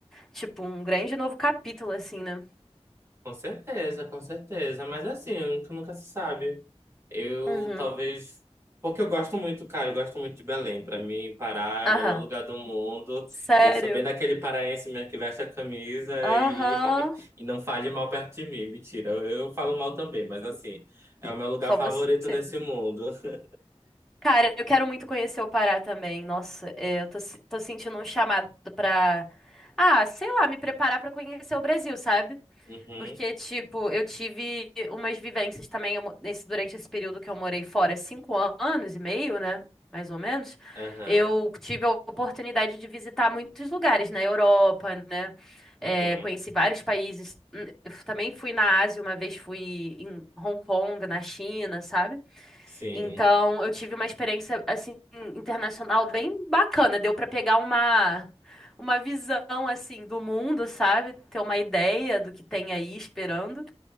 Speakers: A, in the centre; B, on the right (about 25°).
A: tipo, um grande novo capítulo, assim, né?
B: Com certeza, com certeza. Mas assim, nunca, nunca se sabe. Eu
A: Uhum.
B: talvez. Porque eu gosto muito, cara, eu gosto muito de Belém. Pra mim, Pará é
A: Aham.
B: o melhor lugar do mundo.
A: Sério?
B: E Eu sou bem daquele paraense mesmo que veste a camisa
A: Aham.
B: e, <laughs> e não fale mal perto de mim. Mentira, eu, eu falo mal também, mas assim, é o meu lugar
A: Só
B: favorito
A: você.
B: nesse mundo. <laughs>
A: Cara, eu quero muito conhecer o Pará também. Nossa, é, eu tô, se- tô sentindo um chamado pra. Ah, sei lá, me preparar pra conhecer o Brasil, sabe?
B: Uhum,
A: Porque, tipo, eu tive umas vivências também eu mo- nesse, durante esse período que eu morei fora, cinco an- anos e meio, né? Mais ou menos.
B: aham,
A: Eu tive a oportunidade de visitar muitos lugares na Europa, né?
B: uhum,
A: É, conheci vários países. Hum, eu Também fui na Ásia, uma vez fui em Hong Kong, na China, sabe?
B: sim,
A: Então, eu tive uma experiência assim internacional bem bacana. Deu pra pegar uma uma visão assim do mundo, sabe? Ter uma ideia do que tem aí esperando.